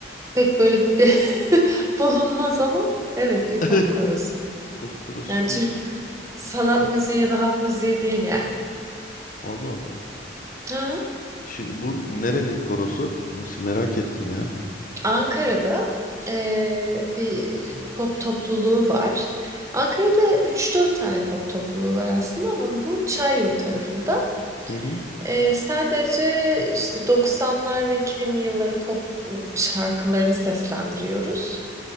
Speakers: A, on the right; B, on the left.
A: Pek böyle bir <laughs> bulunmaz ama evet bir
B: <laughs>
A: pop korosu.
B: Pop korosu
A: Yani Türk
B: bir
A: sanat müziği ya da halk müziği değil yani.
B: Allah Allah.
A: Ha,
B: Şimdi bu nerenin korosu? Nasıl merak ettim ya.
A: Ankara'da eee, bir pop topluluğu var. Ankara'da üç dört tane pop topluluğu var aslında ama bu Çayyolu tarafında.
B: Hı hı.
A: Eee, sadece işte 90'lar ve 2000'li yılların pop şarkılarını seslendiriyoruz.